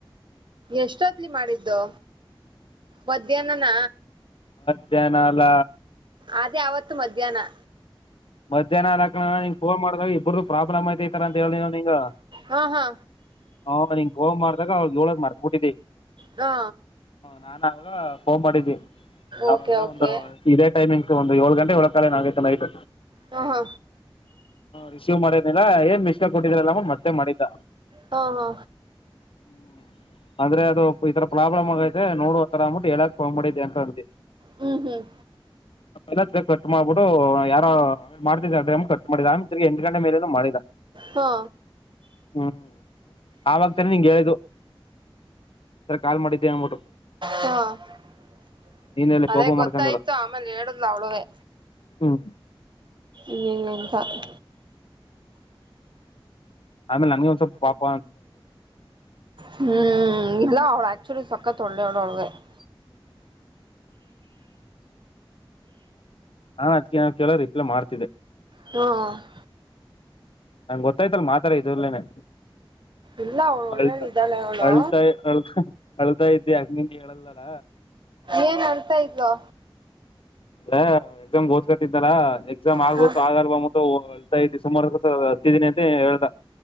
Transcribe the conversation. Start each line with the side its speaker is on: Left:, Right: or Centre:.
Right: ಎಷ್ಟೊ ನೆನ್ ಮಾಡಿದ್ದು ಮಧ್ಯಾಹ್ನನ
Left: ಮದ್ಯಾಹ್ನ ಅಲ್ಲ
Right: ಅದೇ ಆವತ್ತು ಮಧ್ಯಾಹ್ನ
Left: ಮದ್ಯಾಹ್ನ ಅಲ್ಲ ಕಣೋ ನಿಂಗ ಪೋನ ಮಾಡದಾಗ ಇಬ್ರು ಪ್ರಾಬ್ಲಮ ಐತೆ ಇತರ ಹೇಳಿ ನಿಂಗ
Right: ಹಾ ಹಾ
Left: ಹ ನಿಂಗ ಫೋನ್ ಮಾಡದಾಗ ಅವಳಗ ಏಳದ ಮರ್ತಬಿಟ್ಟಿದ್ದಿ
Right: ಹಾ
Left: ನಾನ್ ಅವಾಗ ಫೋನ್ ಮಾಡಿದ್ದೀ
Right: ಓಕೆ
Left: ಅವಾಗಲ
Right: ಓಕೆ
Left: ಒಂದು ಇದೇ ಟೈಮಿಂಗ್ ಒಂದು ಏಳು ಗಂಟೆ ಒಳ ಕಾಲ ನಂಗೈತ ನೈಟ್
Right: ಹಾ ಹಾ
Left: ರಿಸೀವ್ ಮಾಡಿ ಇಲ್ಲ ಏನ್ ಮಿಸಕಾಲ ಕೊಟ್ಟಿದ್ರಲ್ಲ ಮತ್ತೆ ಮಾಡಿದ್ದ
Right: ಹಾ ಹಾ
Left: ಹ್ಮ್ ಅಂದ್ರೆ ಅದು ಈ ತರ ಪ್ರಾಬ್ಲಮ್ ಆಗೈತೆ ನೋಡುವ ತರ ಅದ್ಬಿಟ್ ಹೇಳಕ್ ಫೋನ್ ಮಾಡಿದ್ದೆ ಅಂತ ಅಂದೆ
Right: ಹ್ಮ್ ಹ್ಮ್
Left: ಪೈಲ್ ಕಟ್ ಮಾಡ್ಬಿಡು ಯಾರೋ ಮಾಡ್ತಿದ್ದ ಅ ಕಟ್ ಮಾಡಿದ ಆಮ ತಿಗಿ ಎಂಟ್ ಗಂಟೆ ಮೇಲೆ ಮಾಡಿದ
Right: ಹಾ
Left: ಹ್ಮ್ ಅವುತುನೆ ನಿಂಗಗೆ ಹೇಳದು ಈ ತರ ಕಾಲ್ ಮಾಡಿದ್ದೆ ಅನ್ಬಿಟ್ಟು
Right: ಹಾ <inaudible>
Left: ನೀನೆಲ್ಲಿ
Right: ಅದೇ
Left: ಕೋಪ
Right: ಗೊತ್ತಾಯ್ತು
Left: ಮಾಡ್ಕೊಂಡಲ್ಲ
Right: ಆಮೇಲೆ ಹೇಳುದ್ಲ ಅವಳುವೇ
Left: ಹ್ಮ್
Right: ಇಂಗ ಇಂಗ ಅಂತ
Left: ಆಮೇಲೆಮಗೆ ಒಂದ ಸ್ವಲ್ಪಾಪ
Right: ಹ್ಮ್ ಇಲ್ಲ ಅವ್ಳು ಆಕ್ಚುಲಿ ಸಕ್ಕತ್ ಒಳ್ಳೆಯವಳು ಅವಳಗೆ <inaudible>
Left: ಹಾ ಅದ್ಕ ನಾವ ಕೇಳೋ ರಿಪ್ಲ ಮಾಡ್ತಿದ್ದೆ.
Right: ಹಾ <inaudible>
Left: ನಂ್ ಗೊತ್ತಾಯ್ತಲ್ ಮಾತಾರೆ ಇದಲೇನೆ...
Right: ಇಲ್ಲ ಅವಳು
Left: ಹಳ್ತ
Right: ಒಳ್ಳೇಳ ಇದ್ದಾಳೆ ಅವಳು
Left: ಅಳ್ತಾಯ ಅಳ್ತ.. ಹಳ್ತಾ ಇದ್ದೆ ಅಂಗ ನಿಂಗೆ ಹೇಳಲ್ಲಲ್ಲ...
Right: ಏನ್ ಅರ್ತಾಯ್ವ...
Left: ಅ ಎಕ್ಸಾಮ್ಗೆ ಓದ್ಕತಿದ್ದಾರ ಎಕ್ಸಾಮ್ ಆಗ
Right: ಹ
Left: ಆಗಲ್ ಬಂದ್ಬಿಟ್ಟು ಹೊಲ್ತಾ... ಸುಮಾರು ಹತ್ತಿದ್ದಿನಿ ಅಂತ ಹೇಳ್ದ.